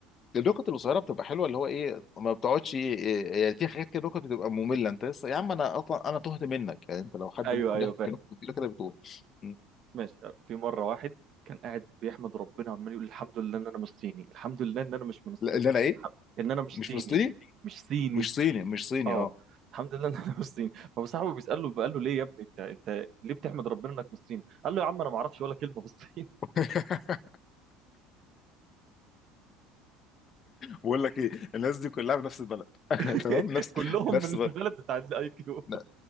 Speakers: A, on the left; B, on the right.
A: النقط القصيره بتبقى حلوه اللي هو ايه ما بتقعدش ايه إيه، ايه، يعني في حاجات كده نقط بتبقى ممله انت لسه يا عم انا اصلا انا تهت منك يعني انت لو حد
B: ايوه
A: ممكن
B: ايوه
A: يحكي
B: فاهم
A: نقطه كبيره كده بتقول م.
B: ماشي آه، في مرة واحد كان قاعد بيحمد ربنا عمال يقول الحمد لله ان انا مش صيني الحمد لله ان انا مش من الصين
A: لا، اللي انا ايه
B: الح- ان انا مش
A: مش
B: صيني
A: فلسطيني
B: مش صيني
A: مش صيني مش صيني
B: اه
A: اه
B: الحمد لله ان انا مش صيني فهو صاحبه بيسأله قال له ليه يا ابني انت انت ليه بتحمد ربنا انك مش صيني قال له يا عم انا ما اعرفش ولا كلمة بالصين
A: <laughs> بقول لك ايه الناس دي كلها في نفس البلد <laughs>
B: <laughs>
A: تمام نفس
B: كلهم
A: نفس
B: من
A: بلد
B: البلد بتاع الاي كيو
A: ن-